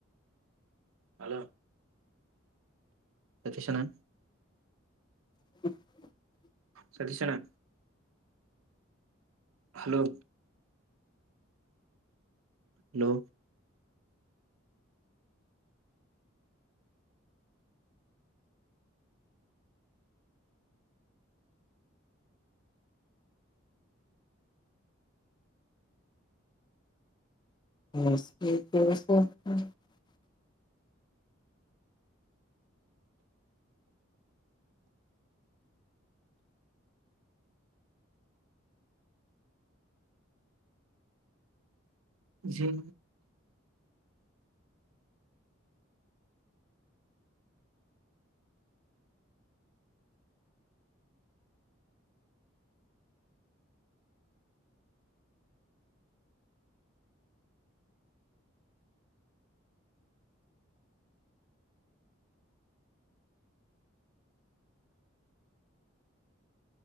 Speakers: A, on the right; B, on the left.
A: ಹಲೋ ಸತೀಶನಾ
B: <inaudible>
A: ಸತೀಶಣ್ಣ ಹಲೋ ಹಲೋ
B: <unintelligible> <unintelligible>
A: ಜ <inaudible>